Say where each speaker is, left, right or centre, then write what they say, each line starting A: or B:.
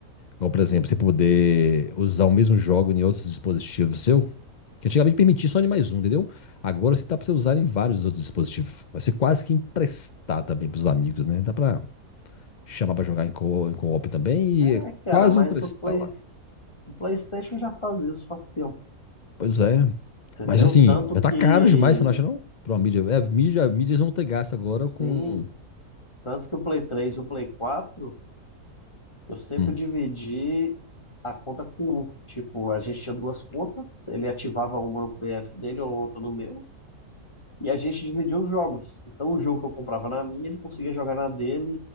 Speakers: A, on the left; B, on the left.
A: Ou, por exemplo, você poder usar o mesmo jogo em outros dispositivos seu, que antigamente permitia só em mais um, entendeu? Agora você tá pra você usar em vários outros dispositivos. Vai ser quase que emprestar também pros amigos, né? Dá pra chamar pra jogar em co- em co-op também e
B: É,
A: é
B: cara,
A: quase
B: mas
A: emprestar
B: o Play,
A: lá.
B: o PlayStation já faz isso faz tempo,
A: Pois é.
B: entendeu?
A: Mas assim,
B: Tanto
A: já
B: que,
A: tá caro demais, você não acha não? Pra uma mídia. É, mídia, mídias vão ter gasto agora
B: sim,
A: com.
B: tanto que o Play 3 e o Play 4, eu sempre
A: Hum,
B: dividi a conta com um. Tipo, a gente tinha duas contas, ele ativava uma no PS dele ou outra no meu, e a gente dividia os jogos. Então, o jogo que eu comprava na minha, ele conseguia jogar na dele